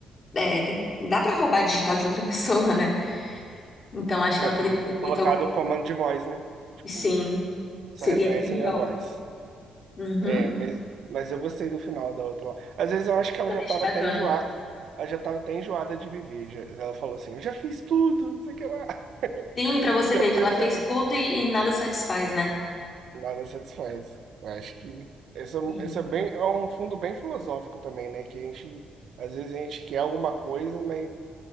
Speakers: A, on the left; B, on the right.
A: é, tem- dá pra roubar digital de outra <laughs> pessoa, né? Então acho
B: É,
A: que ela
B: podia
A: poderia ter
B: ter colocado
A: feito
B: um comando de voz, né? Tipo,
A: Sim,
B: só
A: seria
B: reconhece
A: bem melhor.
B: a minha voz.
A: Uhum.
B: É, mas, mas eu gostei do final da outra lá. Às vezes eu acho que ela
A: Também
B: já tava
A: achei bacana.
B: até enjoada, ela já tava até enjoada de viver. já- ela falou assim, eu já fiz tudo, não sei o que lá. <laughs>
A: Sim, pra você
B: Já
A: ver
B: foi
A: que ela
B: pra...
A: fez tudo e, e nada satisfaz, né?
B: Nada satisfaz. Eu acho que essa,
A: Sim.
B: essa é bem, é um fundo bem filosófico também, né? Que a gente, às vezes a gente quer alguma coisa, mas